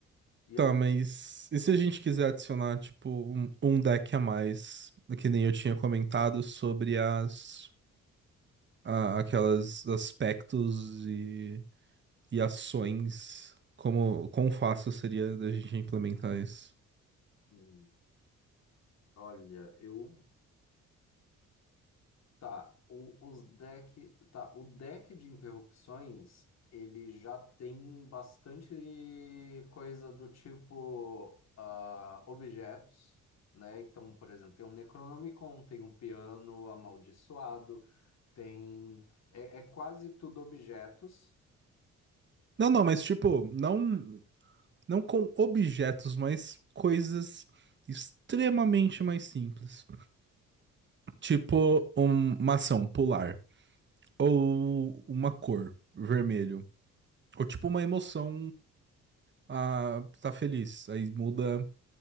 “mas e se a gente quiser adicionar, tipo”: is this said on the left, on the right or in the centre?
Right